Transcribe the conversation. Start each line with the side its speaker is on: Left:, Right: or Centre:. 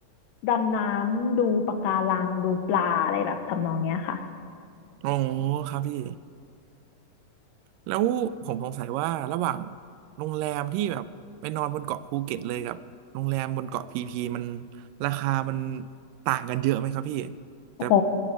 Left: ดำน้ำดูปะการังดูปลาอะไรแบบทำนองเนี้ยค่ะ
Right: อ๋อครับพี่แล้วผมสงสัยว่าระหว่างโรงแรมที่แบบไปนอนบนเกาะภูเก็ตเลยกับโรงแรมบนเกาะพีพีมันราคามันต่างกันเยอะไหมครับพี่แต่
Left: โห